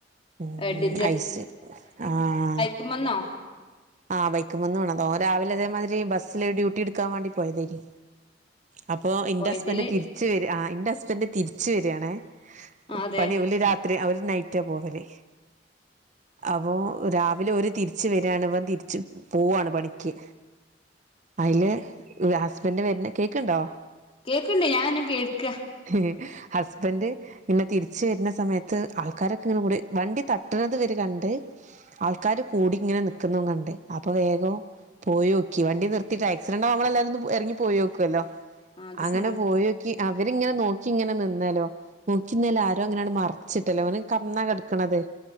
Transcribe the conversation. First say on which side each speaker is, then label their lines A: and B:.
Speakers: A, on the right; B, on the left.
A: ഉം.
B: ഹെഡ്
A: ഐസ്. ആഹ്
B: മ്മന്നൊ
A: ആ ബൈക്ക് മ്മന്ന് വീണതാ. ഓൻ രാവിലെ ഇതേമാതിരി ബസ്സ്ല് ഡ്യൂട്ടി ഇട്ക്കാൻ മാണ്ടി പോയതേനി. അപ്പോ ഇന്റെ
B: പോയതില്
A: ഹസ്ബൻഡ് തിരിച്ച് വെരാ. ആഹ് ഇന്റെ ഹസ്ബൻഡ് തിര്ച്ച് വെരാണേ.
B: ആ അതെ
A: പണി ഓല് രാത് ത്രി അവര് നൈറ്റാ പോവല്. അപ്പോ രാവിലെ ഓര് തിര്ച്ച് വരാണ്. ഇവൻ തി രിച്ച് പോവാണ് പണിക്ക്. അയ്ല് ഏഹ് ഹസ്ബൻഡ് വരുന്ന് കേക്ക്ണ്ടോ?
B: കേക്ക്ണ്ട് ഞാൻ അന്നെ കേക്കാ
A: ഏഹ് ഹസ്ബൻഡ് പിന്നെ തിരിച്ച് വര്ന്ന സമയത്ത് ആൾക്കാരൊക്കെ ഇങ്ങനെ കൂടി വണ്ടി തട്ട്ണത് ഇവര് കണ്ട് ആൾക്കാര് കൂടി ഇങ്ങനെ നിക്ക്ന്നതും കണ്ട് അപ്പ വേഗം പോയോക്കി. വണ്ടി നിർത്തിട്ട്. ആക്സിഡന്റാവുമ്പോ നമ്മളെല്ലാരും ഒന്ന് പോ എറങ്ങി പോയോക്കൊല്ലോ
B: ആ അത്
A: അങ്ങനെ
B: ശരിയാ
A: പോയോക്കി അവരിങ്ങനെ നോക്കി ഇങ്ങനെ നിന്നല്ലോ നോക്കിന്നേല് ആരോ ഇങ്ങനാണ്ട് മറച്ച്ട്ടല്ലോ. ഓന് കമ്ന്നാ കെടക്ക്ണത്.